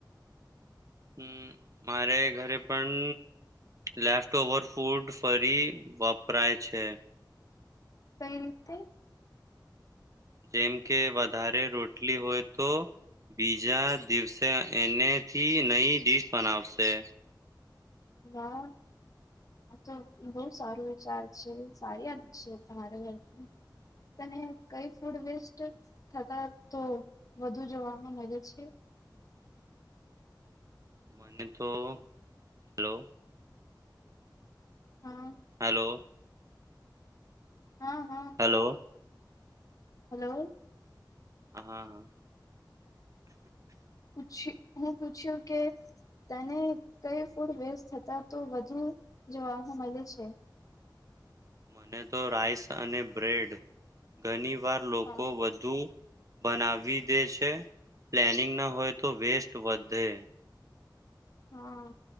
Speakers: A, on the right (about 45°); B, on the left (about 50°).
A: હમ મારે ઘરે પણ લેફ્ટ ઓવર ફૂડ ફરી વપરાય છે.
B: કઈ રીતે?
A: જેમ કે વધારે રોટલી હોય તો બીજા દિવસે એનેથી નઈ ડડીશ બનાવશે.
B: વાહ આ તો બહ સારો વિચાર છે, સારી દ છે તમારા ઘરથી તને કઈ ફૂડ વેસ્ટ થતા તો વધુ જોવામાં મળે છે?
A: મને તો હલો
B: હા
A: હલો
B: હા હા
A: હેલો.
B: હલો
A: હા હા
B: પછી હું પૂછ્યું કે તને કઈ ફૂડ વેસ્ટ થાતા વધુ જોવા મળે છે.
A: મને તો રાઈસ, અને બ્રેડ ઘણી વાર લોકો
B: હા
A: વધુ બનાવી દે છે, પ્લેનિંગ ના હોય તો વેસ્ટ વધે
B: હા